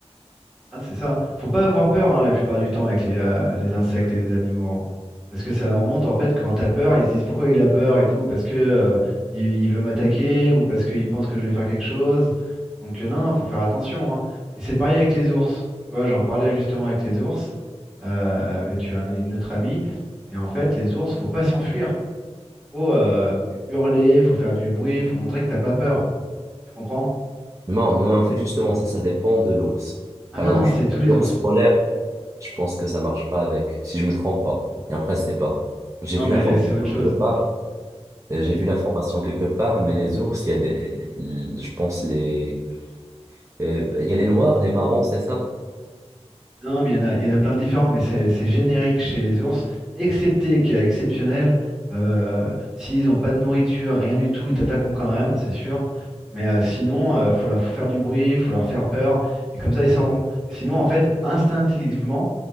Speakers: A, in the centre; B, on the right (about 25°).
A: Ah, c'est ça. Faut pas avoir peur hein, la plupart du temps avec les, euh, les insectes et les animaux. hein. Parce que ça leur montre en fait quand t'as peur, ils se disent pourquoi il a peur et tout, parce que euh, il, il veut m'attaquer ou parce qu'il pense que je vais faire quelque chose. Donc euh, non, non, faut faire attention. hein. Et c'est pareil avec les ours. Tu vois, j'en parlais justement avec les ours, euh, avec un- une autre amie. Et en fait, les ours, faut pas s'enfuir. Faut euh, hurler, faut faire du bruit, faut montrer que t'as pas peur. Tu comprends?
B: Mais, en mais en fait, justement, ça, ça dépend de l'ours.
A: Ah
B: Par
A: non,
B: exemple,
A: non, c'est
B: je pense
A: tous les
B: que l'ours
A: ours.
B: polaire, je pense que ça marche pas avec, si je me trompe pas. Et après, c'est pas. J'ai
A: Non,
B: vu
A: mais
B: l'information
A: c'est autre chose.
B: quelque part, euh,
A: si
B: j'ai vu l'information quelque part, mais les ours, il y a des, je pense les, euh, il y a les noirs, les marrons, c'est ça.
A: Non, mais il y en a, il y en a plein de différents, mais c'est c'est générique chez les ours, excepté qu'il y a exceptionnel. euh, s'ils n'ont pas de nourriture, rien du tout, ils t'attaqueront quand même, c'est sûr. Mais euh, sinon, euh, faut leur faut faire du bruit, faut leur faire peur, et comme ça, ils s'en vont. Sinon, en fait, instinctivement,